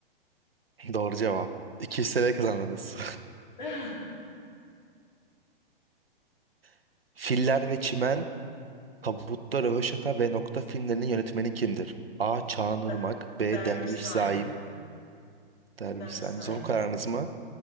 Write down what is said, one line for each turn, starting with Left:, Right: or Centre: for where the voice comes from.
Right: <laughs> Doğru cevap. 200 TL kazandınız.
Left: <laughs>
Right: <laughs> Filler ve Çimen, Tabutta Röveşata ve Nokta filmlerinin yönetmeni kimdir? A. Çağan Irmak,
Left: Der- Derviş
Right: B. Derviş
Left: Zaim,
Right: Zaim. Derviş
Left: Derviş
Right: Zaim
Left: Zaim,
Right: son kararınız mı?